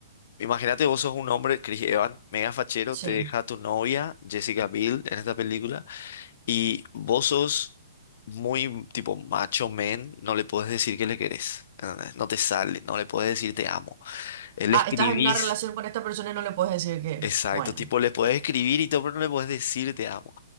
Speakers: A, on the left; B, on the right.
A: Imagínate, vos sos un hombre, Chris Evans, mega fachero,
B: Sí.
A: te deja tu novia, Jessica Biel, en esta película, y vos sos muy tipo macho men, no le puedes decir que le querés, ¿entendés? No te sale, no le puedes decir te amo. él Le
B: Ah,
A: escribís,
B: estás en una relación con esta persona y no le puedes decir que.
A: exacto,
B: Bueno.
A: tipo le puedes escribir y todo, pero no le puedes decir te amo.